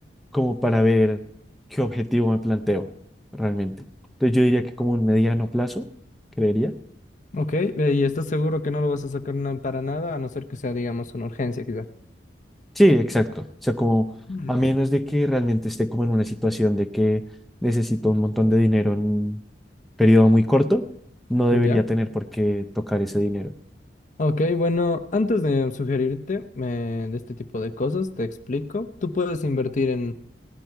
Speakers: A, in the centre; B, on the left.
A: como para ver qué objetivo me planteo realmente. Entonces yo diría que como un mediano plazo, creería.
B: Ok, eh, ¿y estás seguro que no lo vas a sacar na- para nada, a no ser que sea, digamos, una urgencia quizá?
A: Sí, exacto. O sea, como
B: Mm.
A: a menos de que realmente esté como en una situación de que necesito un montón de dinero en un periodo muy corto, no
B: ¿Ya?
A: debería tener por qué tocar ese dinero.
B: Ok, bueno, antes de sugerirte eh, de este tipo de cosas, te explico. Tú puedes invertir en,